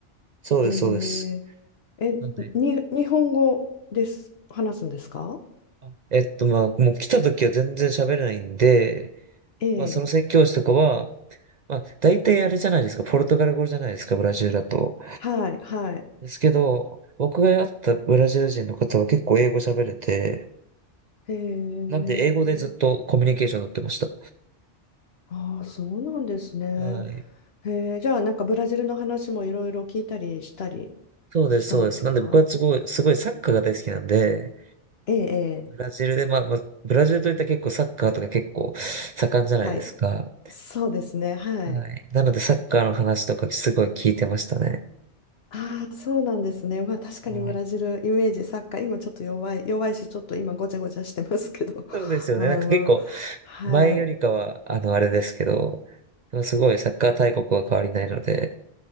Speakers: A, on the right; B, on the left.
A: そうです、
B: へ
A: そうです。
B: え、え、
A: なんで、
B: に、日本語です、話すんですか
A: あ、えっと、まあ、もう来た時は全然喋れないんで、
B: ええ、
A: まあ、その宣教師とかは、まあ、大体あれじゃないですか、ポルトガル語じゃないですか、ブラジルだと。
B: はい、はい。
A: ですけど、僕が会ったブラジル人の方は結構英語喋れて、
B: へえ、
A: なんで英語でずっとコミュニケーション取ってました。
B: ああ、そうなんですね。
A: はい。
B: へえ、じゃあなんかブラジルの話もいろいろ聞いたりしたり
A: そうです、
B: したんですか
A: そうです。なんで僕はすごい、すごいサッカーが大好きなんで、
B: ええ、ええ
A: ブラジルで、まあ、まあ、ブラジルといったら結構サッカーとか結構盛んじゃないですか。
B: はい。そうですね、はい。
A: はい。なのでサッカーの話とかすごい聞いてましたね。
B: ああ、そうなんですね。まあ確かにブラジルイメージ、
A: はい。
B: サッカー、今ちょっと弱い、弱いし、ちょっと今ごちゃごちゃしてますけど、
A: そうですよね。
B: <laughs> あの、
A: なんか結構
B: はい、
A: 前よりかは、あの、あれですけど、でもすごいサッカー大国は変わりないので、